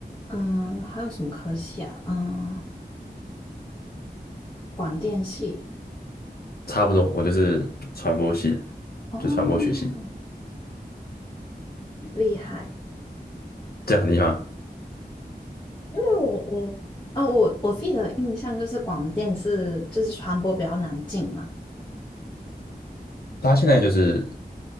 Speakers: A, on the left (about 25°); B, on the left (about 65°).
A: 嗯、还有什么科系啊？嗯、广电系，
B: 差不多，我就是传播系的
A: 哦，
B: 就传播学系，
A: 厉害。
B: 这样很厉害吗。
A: 因为我我啊我我自己的印象就是广电是就是传播比较难进嘛。
B: 它现在就是